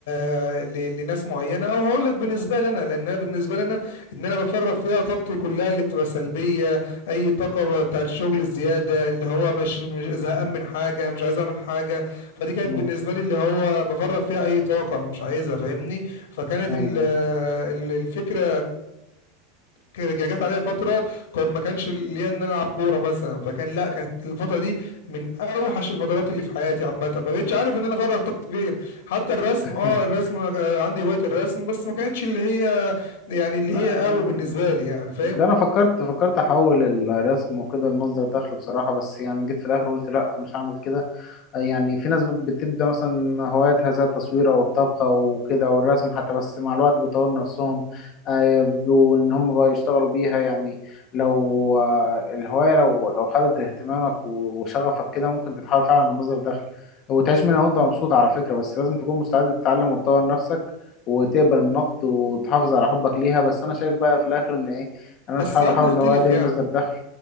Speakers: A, on the left (about 85°); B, on the left (about 35°).
A: ل- ل- لناس معينه او هقول لك بالنسبه لنا لان أنا بالنسبه لنا ان انا بفرغ فيها طاقتي كلها اللي بتبقى سلبيه اي طاقه بتاعت الشغل الزياده اللي هو مش مش زهقان من حاجه مش عايز اعمل حاجه فدي كانت
B: مم.
A: بالنسبه لي اللي هو بفرغ فيها اي طاقه مش عايزها فاهمني فكانت
B: ايوه
A: ال-
B: ايوه
A: ال- الفكره ك- جت عليا فتره كان ما كانش ليا ان انا العب كوره مثلا فكان لا كانت الفتره دي من اوحش الفترات اللي في حياتي عامه ما بقتش عارف ان انا افرغ طاقتي فين حتى الرسم
B: <laughs>
A: اه الرسم آه، عندي هوايه الرسم بس ما كانتش اللي هي يعني اللي
B: لا
A: هي
B: لا
A: قوي بالنسبه لي يعني فاهم
B: ده انا فكرت فكرت احول الرسم وكده لمصدر دخل بصراحه بس يعني جيت في الاخر قلت لا مش هعمل كده يعني في ناس بتبدا مثلا هواياتها زي التصوير او الطبخ او كده او الرسم حتى بس مع الوقت بيطوروا نفسهم آه، وان هم بقى يشتغلوا بيها يعني لو آه، الهوايه لو لو خدت اهتمامك و- وشغفك كده ممكن تتحول فعلا لمصدر دخل وتعيش منها وانت مبسوط على فكره بس لازم تكون مستعد تتعلم وتطور نفسك وتقبل النقد وتحافظ على حبك ليها بس انا شايف بقى في الاخر ان ايه انا
A: بس
B: مش حابب
A: ساعات
B: احول
A: بتختلف
B: الهوايه دي
A: يعني
B: لمصدر دخل